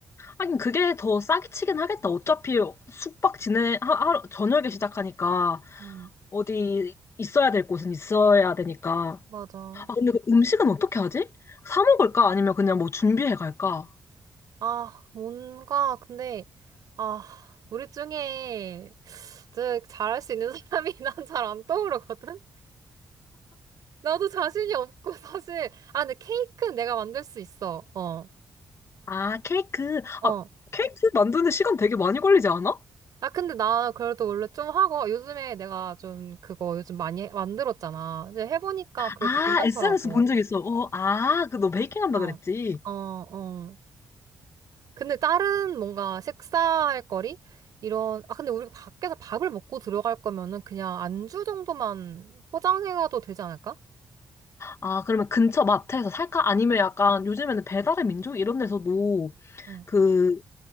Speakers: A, on the left; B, on the right.
A: 하긴 그게 더 싸게 치긴 하겠다. 어차피 숙박 지내 하, 하루- 저녁에 시작하니까
B: 응
A: 어디 있어야 될 곳은 있어야 되니까.
B: 맞아.
A: 아 근데 그 음식은 어떻게 하지? 사 먹을까? 아니면 그냥 뭐 준비해 갈까?
B: 아, 뭔가, 근데, 아, 우리 중에 진짜 잘할 수 있는 사람이 <laughs> 난 잘 안 떠오르거든? 나도 자신이 없고, 사실. 아, 근데 케이크는 내가 만들 수 있어. 어,
A: 아 케이크.
B: 어.
A: 아 케이크 만드는데 시간 되게 많이 걸리지 않아?
B: 아, 근데 나 그래도 원래 좀 하고, 요즘에 내가 좀 그거 요즘 많이 해- 만들었잖아. 이제 해보니까 그래도
A: 아
B: 괜찮더라고.
A: SNS 본 적 있어. 어, 아, 그 너 베이킹 한다
B: 어,
A: 그랬지.
B: 어, 어. 근데 다른 뭔가 식사할 거리? 이런, 아, 근데 우리 밖에서 밥을 먹고 들어갈 거면은 그냥 안주 정도만 포장해가도 되지 않을까?
A: 아, 그러면 근처 마트에서 살까? 아니면 약간 요즘에는 배달의 민족 이런 데서도
B: 응,
A: 그